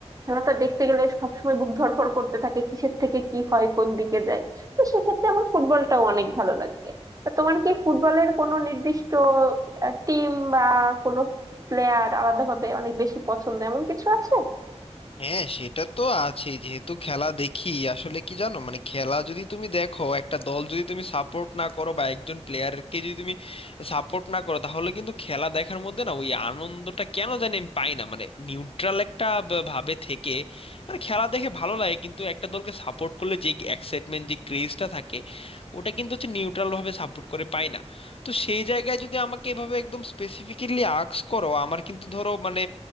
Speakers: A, on the right (about 30°); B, on the left (about 55°).
A: খেলাটা দেখতে গেলে সবসময় বুক ধড়ফড় করতে থাকে কিসের থেকে কি হয় কোন দিকে যায় তো সেক্ষেত্রে আমার ফুটবলটাও অনেক ভালো লাগে তা তোমার কি ফুটবলের কোনো নির্দিষ্ট টিম বা কোনো প্লেয়ার আলাদাভাবে অনেক বেশি পছন্দ এমন কিছু আছে
B: হ্যাঁ সেটা তো আছেই যেহেতু খেলা দেখি আসলে কি জানো মানে খেলা যদি তুমি দেখো একটা দল যদি তুমি সাপোর্ট না করো বা একজন প্লেয়ারকে যদি তুমি সাপোর্ট না করো তাহলে কিন্তু খেলা দেখার মধ্যে না ওই আনন্দটা কেন জানি আমি পাই না মানে নিউট্রাল একটা ব- ভাবে থেকে মানে খেলা দেখে ভালো লাগে কিন্তু একটা দলকে সাপোর্ট করলে যে এক্সাইটমেন্ট যে ক্রেজটা থাকে ওটা কিন্তু হচ্ছে নিউট্রাল ভাবে সাপোর্ট করে পাই না তো সেই জায়গায় যদি আমাকে এভাবে একদম স্পেসিফিক্যালি আস্ক করো আমার কিন্তু ধরো মানে